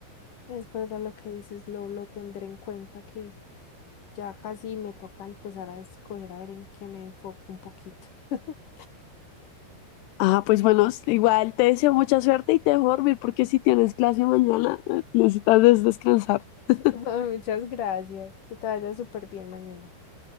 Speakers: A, on the left; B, on the left.
A: Es verdad lo que dices, lo, lo tendré en cuenta que ya casi me toca empezar a escoger a ver en qué me enfoco un poquito. <laughs>
B: Ah, pues bueno, s- igual te deseo mucha suerte y te dejo dormir porque si tienes clase mañana eh, necesitas des- descansar. <laughs>
A: Muchas gracias. Que te vaya súper bien mañana.